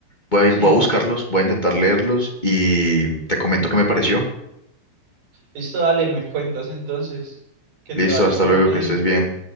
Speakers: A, on the left; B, on the right.
A: Voy
B: Sí,
A: a, voy
B: es
A: a buscarlos,
B: muy
A: voy a intentar leerlos y te comento qué me pareció.
B: Listo, dale, me cuentas entonces. Que
A: Listo,
B: te vaya
A: hasta
B: muy
A: luego,
B: bien.
A: que estés bien.